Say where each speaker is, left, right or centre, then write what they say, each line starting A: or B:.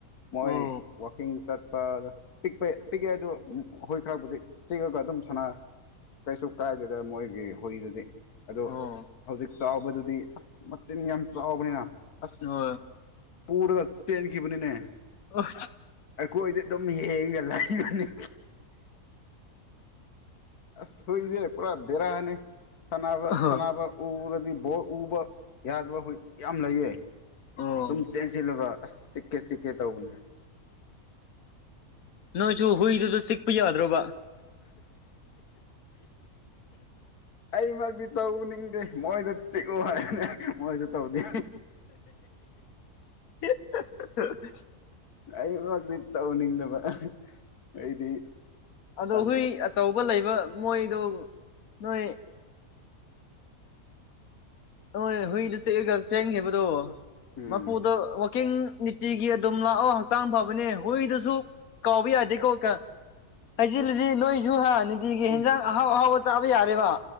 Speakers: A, on the left; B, on the left.
A: ꯃꯣꯏ
B: ꯑꯣ
A: ꯋꯥꯀꯤꯡ ꯆꯠ ꯄꯤꯛꯄ ꯄꯤꯛꯑꯦ ꯍꯥꯏ ꯑꯗꯨ ꯑꯩꯈꯣꯏ ꯈꯔꯕꯨꯗꯤ ꯆꯤꯛꯑꯒ ꯑꯗꯨꯝ ꯁꯥꯟꯅ ꯀꯩꯁꯨ ꯀꯥꯏꯗꯦꯗ ꯃꯣꯏꯒꯤ ꯍꯣꯏꯗꯨꯗꯤ ꯑꯗꯣ
B: ꯑꯣ
A: ꯍꯧꯖꯤꯛ ꯆꯥꯎꯕꯗꯨꯗꯤ ꯑꯁ ꯃꯆꯤꯟ ꯌꯥꯝ ꯆꯥꯎꯕꯅꯤꯅ ꯑꯁ
B: ꯍ
A: ꯄꯨꯔꯒ ꯆꯦꯟꯈꯤꯕꯅꯤꯅꯦ
B: ꯑꯣ
A: ꯑꯩꯈꯣꯏꯗꯤ ꯑꯗꯨꯝ ꯍꯡꯒꯏ ꯂꯅꯤ ꯑꯁꯣꯏꯁꯦ ꯄꯨꯔꯥ ꯕꯦꯔꯥꯑꯅꯤ ꯁꯅꯕ
B: ꯑꯣ
A: ꯁꯅꯕ ꯎꯔꯗꯤ ꯑꯗꯨ ꯕꯣꯔ ꯎꯕ ꯌꯥꯗꯕ ꯍꯧꯈꯣꯏ ꯌꯥꯝ ꯂꯩꯌꯦ
B: ꯑꯣ
A: ꯑꯗꯨꯝ ꯆꯦꯟꯁꯤꯜꯂꯒ ꯑꯁ ꯆꯤꯛꯀꯦ ꯆꯤꯛꯀꯦ ꯇꯧꯕꯅꯦ
B: ꯅꯣꯏꯁꯨ ꯍꯨꯏꯗꯨꯗ ꯆꯤꯛꯄ ꯌꯥꯗ꯭ꯔꯣꯕ
A: ꯑꯩ ꯃꯒꯗꯤ ꯇꯧꯅꯤꯡꯗꯦ ꯃꯣꯏꯗ ꯆꯤꯛꯎ ꯍꯥꯏꯕꯅꯦ ꯃꯣꯏꯁꯨ ꯇꯧꯗꯦ
B: <unintelligible>
A: ꯑꯩ ꯉꯛꯇꯤ ꯇꯧꯟꯅꯤꯡꯗꯕ ꯑꯩꯗꯤ
B: ꯑꯗꯣ
A: ꯇꯟꯕ
B: ꯍꯨꯏ ꯑꯆꯧꯕ ꯂꯩꯕ ꯃꯣꯏꯗꯣ ꯅꯣꯏ ꯍꯣꯏ ꯍꯨꯏꯗ ꯆꯦꯛꯑꯒ ꯆꯦꯟꯈꯤꯕꯗꯣ
A: ꯎꯝ
B: ꯃꯄꯨꯗ ꯋꯀꯤꯡ ꯅꯤꯇꯤꯒꯤ ꯑꯗꯨꯝ ꯂꯥꯛꯑꯣ ꯍꯛꯆꯥꯡ ꯐꯕꯅꯦ ꯍꯨꯏꯗꯨꯁꯨ ꯀꯥꯎꯕ ꯌꯥꯗꯦꯀꯣ ꯍꯩꯖꯤꯜꯂꯗꯤ ꯅꯣꯏꯁꯨ ꯍꯥ ꯅꯨꯡꯇꯤꯒꯤ ꯍꯟꯖꯥꯡ
A: ꯎꯝ
B: ꯑꯍꯥꯎ ꯑꯍꯥꯎꯕ ꯆꯥꯕ ꯌꯥꯔꯦꯕ